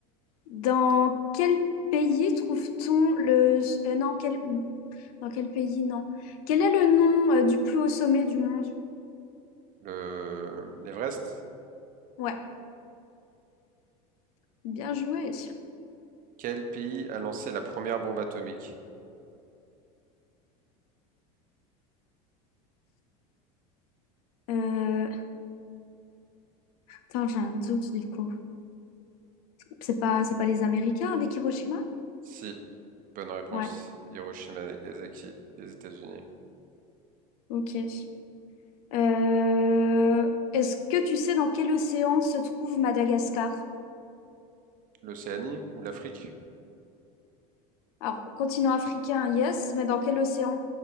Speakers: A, on the left (about 75°); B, on the right (about 45°).
A: dans quel pays trouve-t-on le... euh, non, quel... Dans quel pays? Non. Quel est le nom euh, du plus haut sommet du monde?
B: Le, l'Everest?
A: Ouais, bien joué.
B: Quel pays a lancé la première bombe atomique?
A: Euh... Attends, j'ai un doute du coup. C'est pas, c'est pas les Américains avec Hiroshima?
B: Si, bonne réponse.
A: Ouais,
B: Hiroshima, Nagasaki, les États-Unis.
A: ok. Euh, Est-ce que tu sais dans quel océan se trouve Madagascar?
B: L'Océanie ou l'Afrique?
A: Alors, continent africain, yes, mais dans quel océan?